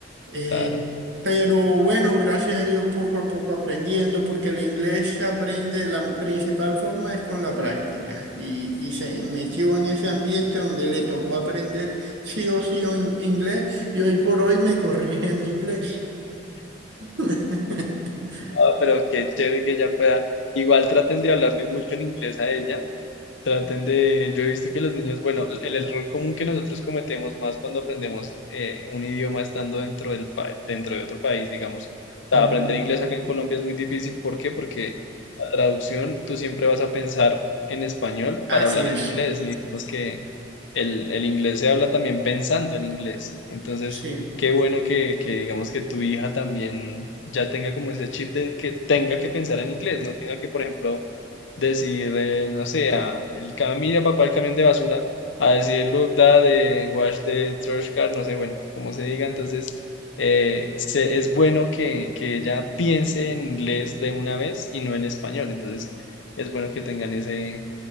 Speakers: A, on the right; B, on the left.
A: Eh,
B: claro.
A: pero bueno, gracias a Dios poco a poco aprendiendo, porque el inglés se aprende, la principal forma es con la práctica. Y, y se metió en ese ambiente donde le tocó aprender sí o sí en inglés y hoy por hoy me corrige mi inglés. <laughs>
B: Ah, pero qué chévere que ella pueda. Igual traten de hablarle mucho en inglés a ella. Traten de, yo he visto que los niños, bueno, el error común que nosotros cometemos más cuando aprendemos eh, un idioma estando dentro del pa- dentro de otro país, digamos. O sea,
A: Ujú.
B: aprender inglés acá en Colombia es muy difícil. ¿Por qué? Porque la traducción, tú siempre vas a pensar en español
A: Así
B: para hablar
A: es,
B: en inglés. Y digamos que el, el inglés se habla también pensando en inglés. Entonces,
A: sí,
B: qué bueno que, que digamos que tu hija también ya tenga como ese chip de que tenga que pensar en inglés, no tenga que, por ejemplo, decir, eh, no sé, a el camilla papá, el camión de basura, a decir look that, eh, wash the trash car, no sé, bueno, como se diga, entonces eh, se- es bueno que, que ella piense en inglés de una vez y no en español, entonces es bueno que tengan ese,